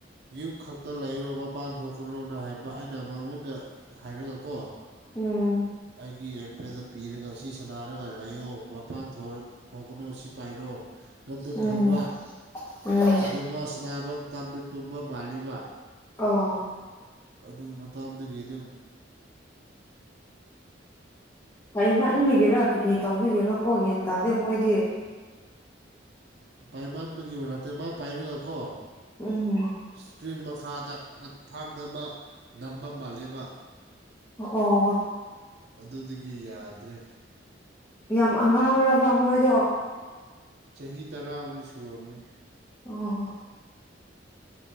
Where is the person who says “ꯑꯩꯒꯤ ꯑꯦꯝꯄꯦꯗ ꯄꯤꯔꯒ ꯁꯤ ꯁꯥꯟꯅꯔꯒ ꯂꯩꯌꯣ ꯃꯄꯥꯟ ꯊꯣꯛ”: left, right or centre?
Right